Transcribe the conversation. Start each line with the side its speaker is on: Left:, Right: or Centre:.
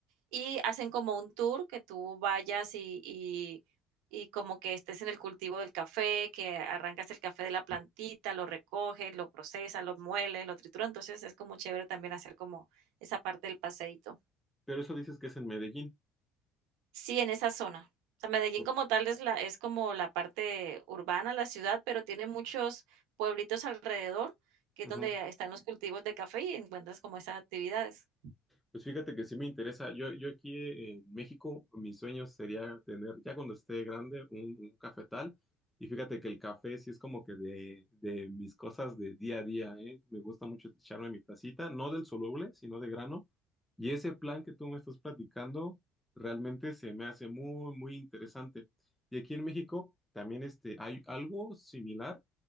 Right: y hacen como un tour que tú vayas y, y, y como que estés en el cultivo del café, que arrancas el café de la plantita, lo recoges, lo procesas, lo mueles, lo trituras. Entonces es como chévere también hacer como esa parte del paseíto.
Centre: Pero eso dices que es en Medellín.
Right: Sí, en esa zona. O sea, Medellín
Centre: O-
Right: como tal es la, es como la parte urbana, la ciudad, pero tiene muchos pueblitos alrededor, que es
Centre: Ujú.
Right: donde están los cultivos de café y encuentras como esas actividades.
Centre: Pues fíjate que sí me interesa. Yo, yo aquí eh, en México, mis sueños sería tener, ya cuando esté grande, un, un cafetal. Y fíjate que el café sí es como que de, de mis cosas de día a día, ¿eh? Me gusta mucho echarme mi tacita, no del soluble, sino de grano. Y ese plan que tú me estás platicando realmente se me hace muy, muy interesante. Y aquí en México también este, hay algo similar,